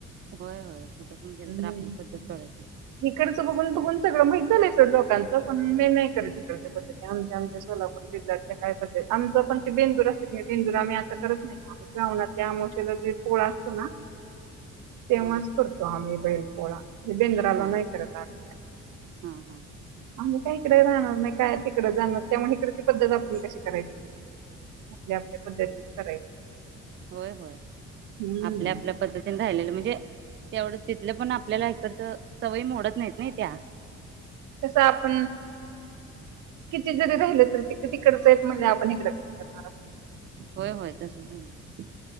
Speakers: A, on the right; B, on the right.
A: होय होय कुठं पण गेल
B: हं
A: तर आपली
B: हं
A: पद्धत सोडायची
B: इकडच बघून बघून सगळं माहित झालय सोड - कालच पण मी नाही करत इकडच्या पद्धती आमच्या आमच्या सोलापूर जिल्ह्यातल्या काय पद्धती आमचं पण ते बेंदूर असतोय कनी बेंदूर आम्ही- करत नाही आम्ही श्रावणातल्या आमोश्याला जे पोळ असतो ना- तेव्हाच
A: हा हा
B: करतो आम्ही बैल- पोळा ते बेंद्राला
A: हा
B: नाही करत आम्ही काय.
A: हा हा
B: आम्ही काही इकडे राहणार नाही काय तिकडे जाणार त्यामुळे इकडची पद्धत आपण कशी करायची. आपल्या आपल्या पद्धती- करायची.
A: व्हय व्हय
B: हम्म.
A: आपल्या आपल्या पद्धतीने राहिलेलं म्हणजे- तेवढं तिथलं पण आपल्याला इकडचं- सवयी मोडत नाहीत नाही त्या
B: कस आपण किती जरी राहिलं तरी ते काय तिकडच येत- म्हणजे आपण इकड करणार आहोत.
A: होय होय तसच हुणार